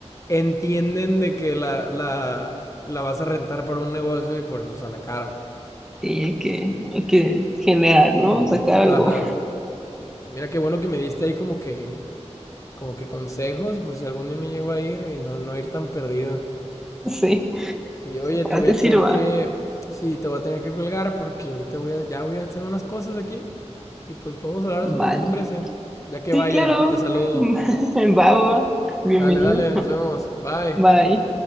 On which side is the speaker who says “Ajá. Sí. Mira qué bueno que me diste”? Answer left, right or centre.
Left